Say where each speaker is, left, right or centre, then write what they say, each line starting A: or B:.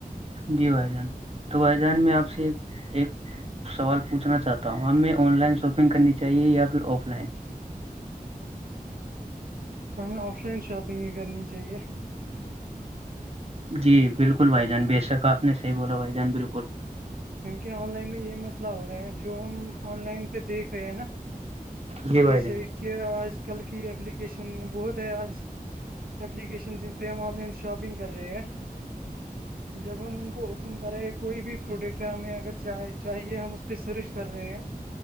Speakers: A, on the right; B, on the right.
A: جی بھائی جان تو وائیدہان میں آپ سے ایک سوال پوچنا چاہتا ہوں ہمیں آن لائن شاپنگ کرنی چاہیے یا پھر آف لائن
B: ہمیں آف لائن شاپنگ ہی کرنی چاہیے
A: جی بالکل بھائی جان بے شک آپ نے صحی بولا بھائی جان بالکل
B: کیونکہ آن لائن میں یہ مسئلہ ہو رہا ہے جو ہم آن لائن پہ دیکھ رہے ہیں نا
A: جی بھائی
B: جیسے
A: جان
B: کہ آج کل کی ایپلیکیشن بہت ہے آج ایلیکیشن جن پہ ہم آن لائن شاپنگ کر رہے ہیں جب ہم ان کو اوپن کر رہے ہیں کوئی بھی فروٹ ہمیں اگر چ چاہیے ہم اس پہ سرچ کر رہے ہیں